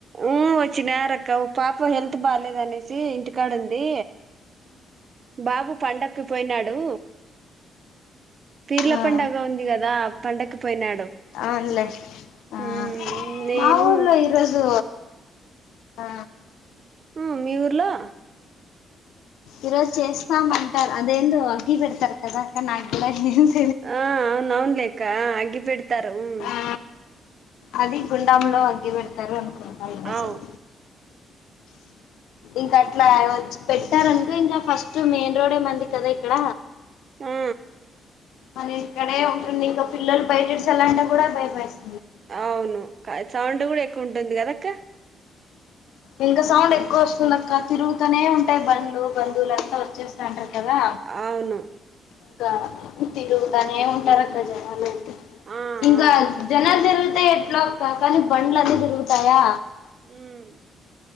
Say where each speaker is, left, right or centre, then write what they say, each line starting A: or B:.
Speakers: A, on the right; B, on the left.
A: ఊ వచ్చినారక్క పాప హెల్త్ బాలేదు. అనేసి ఇంటికాడు ఉంది. బాబు పండక్కి పోయినాడు.
B: ఆహా
A: పీర్ల పండగ ఉంది. కదా పండక్కు పోయినాడు.
B: అవునులే, ఆ
A: ఉమ్ నేను
B: మా ఊర్లో ఈరోజు. ఆ.
A: హ్మ్ ఊర్లో.
B: ఈరోజు చేస్తాంమ్ అంటారు. అదేందో అగ్గిపెట్టె అంటారు అక్క నాక్కూడా. <unintelligible>
A: ఆ అవునవునులేక్క ఆ అగ్గి పెడతారు. మ్మ్
B: ఆ అది గుండాంలో అగ్గి పెడతారు అనుకుంటా ఎన్నో
A: అవు
B: సార్. ఇంకా అట్లా పెట్టారనుకో ఇంకా ఫస్ట్ మెయిన్ రోడే మంది కదా ఇక్కడ?
A: హా
B: అని ఇక్కడే ఉంటుంది ఇంకా పిల్లల్ బయటడిసలాంటే కూడా భయమేస్.
A: అవును సౌండ్ కూడా ఎక్కువుంటుంది కదక్క
B: ఇంకా సౌండ్ ఎక్కువ వస్తుంది అక్క తిరుగుతనే ఉంటాయి. బండ్లు, బంధువులంతా వచ్చేస్తాంటా. కదా
A: అవును
B: ఇంకా తిరుగుతనే ఉంటారు అక్క జనాలయితె
A: ఆ
B: ఇంకా
A: ఆ
B: జనాలు జరుగితే ఎట్లోక్క కానీ బండ్లన్నీ తిరుగుతాయా
A: ఉమ్